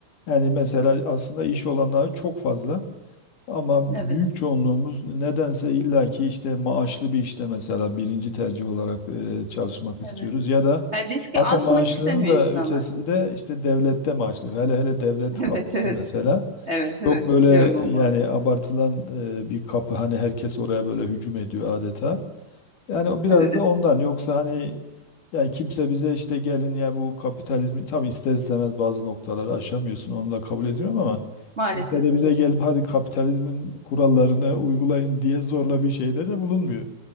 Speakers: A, on the left (about 65°); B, on the right (about 20°).
A: yani mesela aslında iş olanağı çok fazla. Ama
B: Evet,
A: büyük çoğunluğumuz nedense illaki işte maaşlı bir işte mesela birinci tercih olarak e, çalışmak istiyoruz
B: evet.
A: ya da
B: Yani riski
A: hatta
B: atmak
A: maaşlının
B: istemiyor
A: da
B: insanlar
A: ötesinde
B: çünkü.
A: işte devlette maaşlı. Hele hele devlet
B: <laughs>
A: kapısı
B: Evet, evet.
A: mesela
B: Evet, evet.
A: çok böyle
B: Biliyorum o
A: yani
B: muhabbeti.
A: abartılan e, bir kapı hani herkes oraya böyle hücum ediyor adeta. Yani o biraz
B: Evet.
A: da ondan. Yoksa hani yani kimse bize işte gelin ya bu kapitalizmi tabii ister istemez bazı noktaları aşamıyorsun. Onu da kabul ediyorum ama
B: Maalesef
A: kimse de
B: evet.
A: bize gelip hadi kapitalizmin kurallarını uygulayın diye zorla bir şeyde de bulunmuyor.